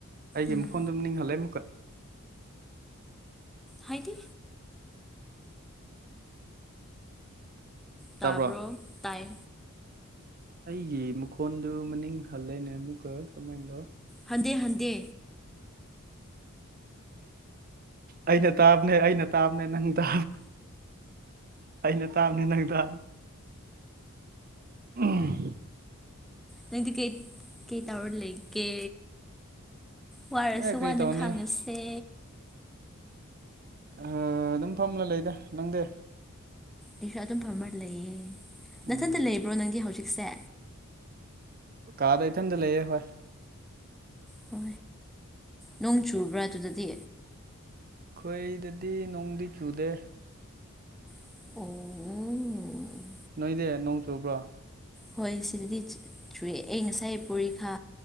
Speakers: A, on the right; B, in the centre.
A: ꯑꯩꯒꯤ
B: ꯎꯝ
A: ꯃꯈꯣꯟꯗꯨꯝ ꯃꯅꯤꯡ ꯍꯜꯂꯦ ꯑꯃꯨꯛꯀ
B: ꯍꯥꯏꯗꯤ ꯇꯕ꯭ꯔꯣ
A: ꯇꯥꯕ꯭ꯔꯣ
B: ꯇꯥꯏ
A: ꯑꯩꯒꯤ ꯃꯈꯣꯟꯗꯨ ꯃꯅꯤꯡ ꯍꯜꯂꯦꯅꯦ ꯑꯃꯨꯛꯀ ꯀꯃꯥꯏꯅꯅꯣ
B: ꯍꯟꯗꯦ ꯍꯟꯗꯦ
A: ꯑꯩꯅ ꯇꯥꯕꯅꯦ ꯑꯩꯅ ꯇꯥꯕꯅꯦ ꯅꯪ ꯇꯣ ꯑꯩꯅ ꯇꯥꯕꯅꯦ ꯅꯪ ꯇꯣ ꯎꯝ
B: ꯅꯪꯗꯤꯀꯤ ꯀꯩ ꯀꯩ ꯇꯧꯔ ꯂꯩꯒꯦ ꯋꯥꯔꯁꯨ
A: ꯑꯦ ꯀꯔꯤ
B: ꯋꯥꯅ
A: ꯇꯧꯅꯤ
B: ꯈꯥꯡꯉꯁꯦ
A: ꯑꯥ ꯑꯗꯨꯝ ꯐꯝꯂ ꯂꯩꯗ ꯅꯪꯗꯤ
B: ꯑꯩꯁꯨ ꯑꯗꯨꯝ ꯐꯝꯃ ꯂꯩꯌꯦ
A: ꯎꯝ
B: ꯅꯊꯟꯇ ꯂꯩꯕ꯭ꯔꯣ ꯅꯪꯗꯤ ꯍꯧꯖꯤꯛꯁꯦ
A: ꯀꯥꯗ ꯏꯊꯟꯗ ꯂꯩꯌꯦ ꯍꯣꯏ
B: ꯍ ꯅꯣꯡ ꯆꯨꯕ꯭ꯔꯥ ꯑꯗꯨꯗꯗꯤ
A: ꯑꯩꯈꯣꯏꯗꯗꯤ ꯅꯣꯡꯗꯤ ꯆꯨꯗꯦ
B: ꯎꯝ ꯎ ꯎꯝ
A: ꯁꯤꯗꯤ ꯅꯣꯡ ꯆꯨꯕ꯭ꯔꯣ
B: ꯍꯣꯏ ꯁꯤꯗꯗꯤ ꯆꯨꯏ ꯑꯩ ꯉꯁꯥꯏ ꯄꯣꯔꯤꯈꯥ